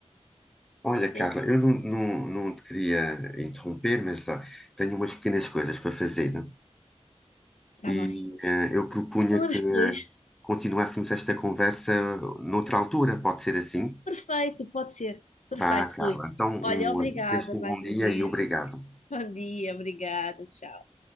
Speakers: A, in the centre; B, on the left (about 80°).
A: Olha,
B: isto
A: Carla,
B: é giro,
A: eu não, não, não te queria interromper, mas ah, tenho umas pequenas coisas para fazer.
B: está bem.
A: E eh, eu propunha
B: Falamos
A: que
B: depois,
A: continuássemos esta conversa noutra altura, pode ser assim?
B: perfeito, pode ser, perfeito,
A: Vá, Carla.
B: Rui.
A: Então,
B: Olha,
A: um,
B: obrigada
A: desejo-te um
B: mais
A: bom
B: uma
A: dia
B: vez.
A: e obrigado.
B: Bom dia, obrigada, tchau.